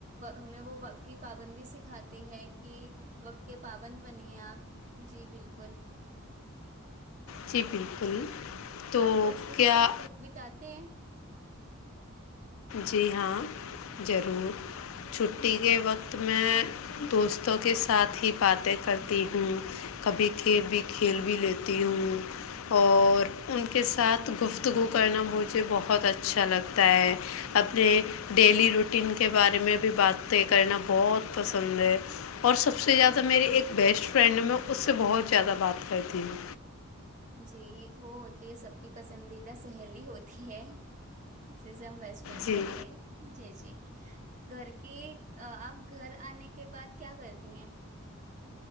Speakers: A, on the right; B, on the left.
A: ہمیں وہ وقت کی پابندی سکھاتی ہے کہ وقت کے پابند نی آپ جی بالکل
B: جی بالکل تو
A: آپ دوستوں
B: کیا
A: کے ساتھ وقت بتاتے ہیں
B: جی ہاں ضرور <inaudible> چھٹی
A: ہیں جی
B: کے وقت <inaudible> میں دوستوں کے ساتھ ہی باتیں کرتی ہوں کبھی کھی بھی کھیل بھی لیتی ہوں اور ان کے ساتھ گفتگو کرنا بہت یہ بہت اچھا اچھا لگتا ہے اپنے ڈیلی روٹین کے بارے میں بھی باتیں کرنا بہت پسند ہے اور سب سے زیادہ میری ایک بیسٹ فرینڈ ہے میں اس سے بہت زیادہ بات کرتی ہوں
A: جی وہ ہوتی ہے سب کی پسندیدہ سہیلی ہوتی ہے جزم ویسے
B: جی
A: کہتے ہیں جی جی گھر کی آپ گھر آنے کے بعد کیا کرتی ہیں